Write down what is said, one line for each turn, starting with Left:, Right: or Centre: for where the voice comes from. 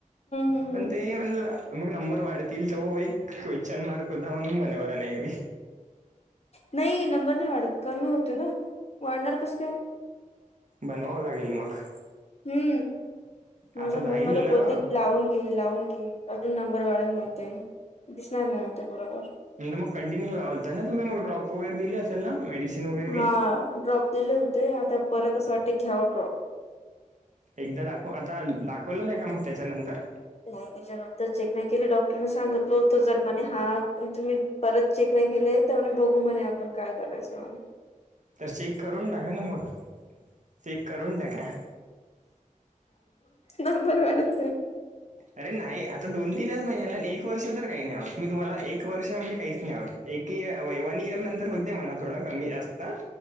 Left: हम्म
Right: पण
Left: हम्म
Right: ते म्हणलं मग नंबर वाढतील तो एक क्वेश्चन मार्क होता म्हणून बनवला नाही मी.
Left: नाही नंबर नाही वाढत कमी होते ना वाढणार कसं काय?
Right: बनवावं लागेल मग.
Left: हम्म
Right: आता
Left: माझं
Right: जाईल
Left: होम मध्ये
Right: ना.
Left: बोती तू लावून. घे लावून घे अजून नंबर वाढल म्हणते दिसणार नाही ते बरोबर.
Right: म्ह मग कंटिन्यू लावत जा ना तुम्ही मग ड्रॉप वगैर दिल्ली असल ना? मेडिसिन वगैरे काही?
Left: हा ड्रॉप दिले होते आता परतच वाटते घ्याव ड्रॉप.
Right: एकदा दाखव आता दाखवलं नाही का मग त्याच्यानंतर?
Left: हो चेक नाही केले डॉक्टर न सांगितल हो जरणे हा तुम्ही परत चेक नाही केले तर मग बघू. आपण काय करायचं म्ह
Right: तर चेक करून टाका ना मग चेक करून टाका.
Left: नंबर वाते
Right: अरे नाही! आता दोन तीनच महिन्याला एक वर्ष तर काही नाही आहोत मी तुम्हाला एक वर्ष म्हणजे काहीच नाही आहोत. एक इर वन इयर नंतर होते म्हणा थोडं कमी जास्त